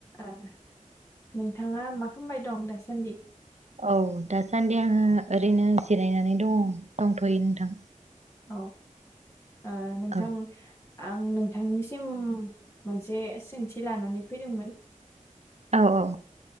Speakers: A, on the left (about 20°); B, on the right (about 55°).
A: ओ नोंथाङा मा खालामबाय दं दासान्दि
B: औ दासान्दि आङो ओरैनो जिरायनानै दङ दंथ'यो नोंथां।
A: औ ओ नोंथां
B: औ
A: आं नोंथांनिसिम। मोनसे सोंथि लानानै फैदोंमोन।
B: औ औ।